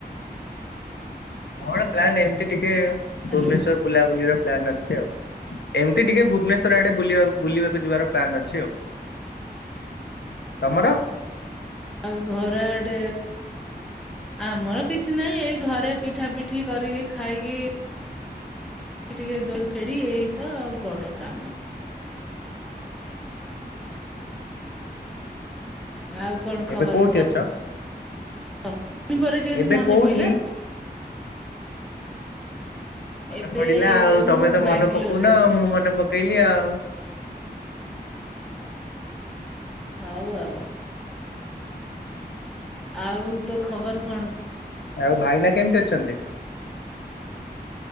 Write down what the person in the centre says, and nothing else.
ହ୍ୟାଲୋ
ଆଉ ଘରେ ଆଡେ ଆମର କିଛି ନାହିଁ ଏଇ ଘରେ ପିଠା ପିଠି କରିକି ଖାଇକି। ଟିକେ ଦୋଲ ଖେଡି ଏଇତ ଆଉ କଣ କାମ। ଆଉ କଣ ଖବର
କହ।
ହଁ ପରେ କେମତି
ମନେ
ପଇଲା
ଏବେ
ମୁଁ
ବାଙ୍ଗାଲୋରରେ
ଅଛି।
ହଉ ଆଉ ଆଉ ତୋ ଖବର କଣ ଅ